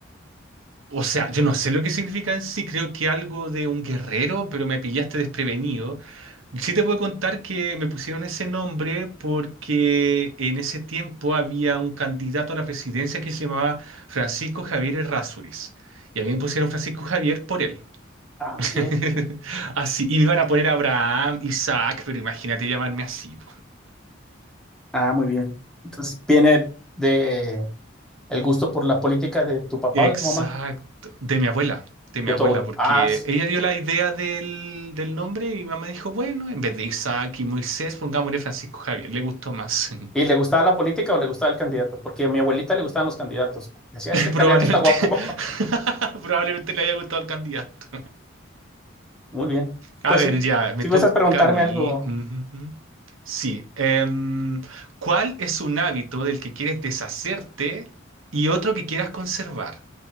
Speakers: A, on the right; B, in the centre.
A: O sea, yo no sé lo que significa en sí, creo que algo de un guerrero, pero me pillaste desprevenido. Sí te puedo contar que me pusieron ese nombre porque en ese tiempo había un candidato a la presidencia que se llamaba Francisco Javier Errázuriz. Y a mí me pusieron Francisco Javier por él.
B: Ah, ok.
A: <laughs> Así, y me iban a poner Abraham, Isaac, pero imagínate llamarme así.
B: Ah, muy bien. Entonces, viene de el gusto por la política de tu papá
A: Exacto,
B: o de tu mamá,
A: de mi abuela, de mi
B: de
A: abuela,
B: tu abuelo.
A: porque
B: Ah, s-
A: ella dio la idea del, del nombre y mi mamá dijo, bueno, en vez de Isaac y Moisés, pongámosle Francisco Javier, le gustó más.
B: ¿y le gustaba la política o le gustaba el candidato? Porque a mi abuelita le gustaban los candidatos. Decía,
A: <laughs>
B: este candidato
A: Probablemente,
B: está guapo.
A: <laughs> probablemente le haya gustado al candidato.
B: <laughs> Muy bien.
A: A
B: Pues
A: ver,
B: si,
A: ya, me
B: si
A: toca
B: gustas preguntarme
A: a mí.
B: algo,
A: Ujú, ujú. Sí, em, ¿cuál es un hábito del que quieres deshacerte y otro que quieras conservar?